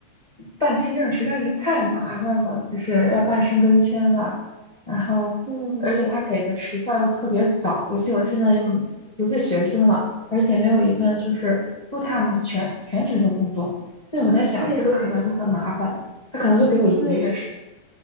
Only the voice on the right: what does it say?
嗯，对，
对对
对。